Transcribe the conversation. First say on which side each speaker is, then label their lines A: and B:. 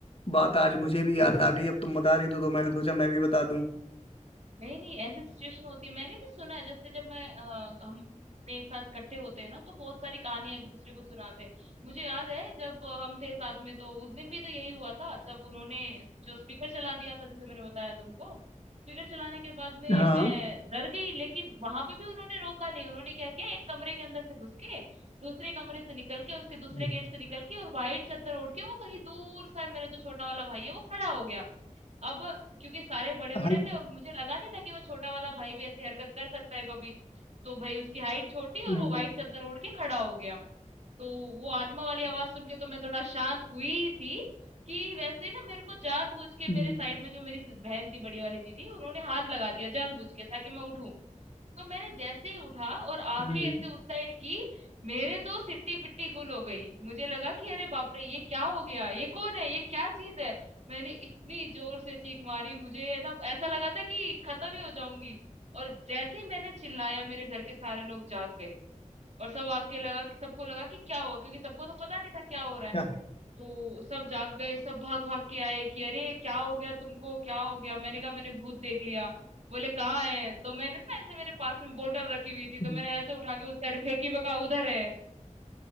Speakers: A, on the left (about 45°); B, on the right (about 60°).
A: बात आज मुझे भी याद आ गई अब तुम बता रही तो, तो मैंने सोचा मैं भी बता दूं
B: नहीं नहीं ऐसी सिचुएशन होती है मैंने भी सुना है जैसे जब मैं अ, हम अपने एक साथ इकट्ठे होते हैं ना तो बहुत सारी कहानियां एक दूसरे को सुनाते हैं मुझे याद है जब अ, हम थे साथ में तो उस दिन भी तो यही हुआ था जब उन्होंने जो स्पीकर चला दिया था जैसे मैंने बताया तुमको स्पीकर चलाने के बाद में
A: हाँ
B: मैं डर गई लेकिन वहां पे भी उन्होंने रोका नहीं उन्होंने क्या किया एक कमरे के अंदर से घुस के दूसरे कमरे से निकल के उसके दूसरे
A: <laughs>
B: गेट से निकल के और वाइट चादर ओढ़ के वो कहीं दूर सा मेरा जो छोटा वाला भाई है वो खड़ा हो गया अब क्योंकि सारे बड़े
A: हाँ
B: बड़े थे और मुझे लगा नहीं था कि वो छोटा वाला भाई भी ऐसी हरकत कर सकता है कभी तो भाई उसकी हाइट छोटी
A: हम्म,
B: और वो व्हाइट चादर ओढ़ के खड़ा हो गया तो वो आत्मा वाली आवाज सुन के तो मैं थोड़ा शांत हुई थी कि वैसे ना मेरे को जानबूझ के
A: हम्म,
B: मेरे साइड में जो मेरी बहन थी बड़ी वाली दीदी उन्होंने हाथ लगा दिया जानबूझ के ताकि मैं उठूं तो मैंने जैसे ही उठा और आंखें
A: हम्म,
B: ऐसे उस साइड की मेरे तो सिट्टी पिट्टी गुल हो गई मुझे लगा कि अरे बाप रे ये क्या हो गया ये कौन है ये क्या चीज है मैंने इतनी जोर से चीख मारी मुझे एकदम ऐसा लगा था कि खत्म ही हो जाऊंगी और जैसे ही मैंने चिल्लाया मेरे घर के सारे लोग जाग गए और सब आके लगा कि सबको लगा कि क्या हुआ क्योंकि सबको तो पता नहीं था क्या हो रहा है
A: क्या?
B: तो सब जाग गए सब भाग भाग के आए कि अरे क्या हो गया तुमको क्या हो गया मैंने कहा मैंने भूत देख लिया बोले कहाँ है तो मैंने ना ऐसे मेरे पास में बोतल रखी हुई थी
A: हम्म,
B: तो मैंने ऐसे उठा के उस साइड फेंकी मैं कहा उधर है